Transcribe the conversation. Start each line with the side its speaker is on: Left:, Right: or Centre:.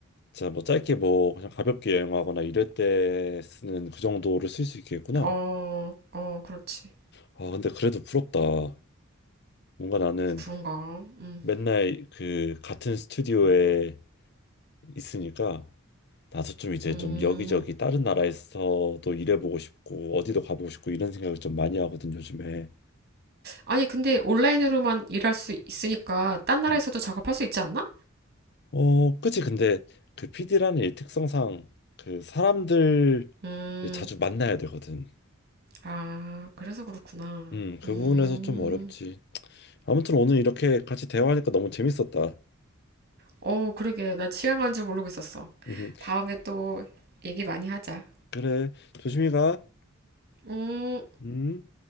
Left: 진짜 뭐 짧게 뭐 그냥 가볍게 여행하거나 이럴 때 쓰는 그 정도를 쓸 수 있겠구나.
Right: 어, 어, 그렇지.
Left: 아, 근데 그래도 부럽다. 뭔가 나는
Right: 그런가. 음,
Left: 맨날 그 같은 스튜디오에 있으니까 나도 좀 이제
Right: 음.
Left: 좀 여기저기 다른 나라에서도 일해보고 싶고 어디도 가보고 싶고 이런 생각을 좀 많이 하거든 요즘에.
Right: 아니 근데 온라인으로만 일할 수 있으니까 딴 나라에서도
Left: 음.
Right: 작업할 수 있지 않나?
Left: 어, 그치. 근데 그 PD라는 일 특성상 그 사람들
Right: 음,
Left: 자주 만나야 되거든.
Right: 아, 그래서 그렇구나.
Left: 음, 그
Right: 음,
Left: 부분에서 좀 어렵지. 아무튼 오늘 이렇게 같이 대화하니까 너무 재밌었다.
Right: 어, 그러게. 난 시간 가는 줄 모르고 있었어.
Left: 음,
Right: 다음에 또 얘기 많이 하자.
Left: 그래. 조심히 가.
Right: 음.
Left: 음.